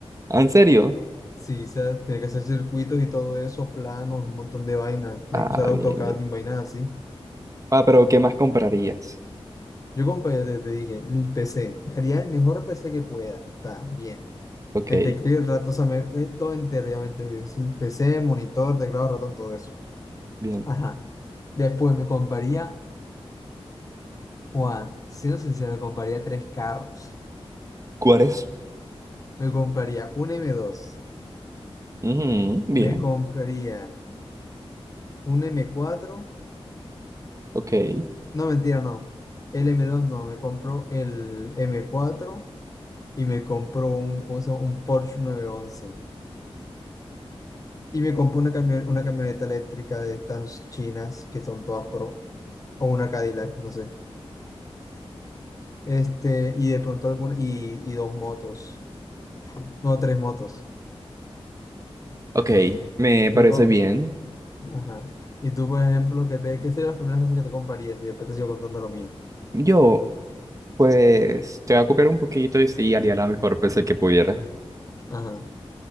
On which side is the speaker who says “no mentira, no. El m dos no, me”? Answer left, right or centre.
Left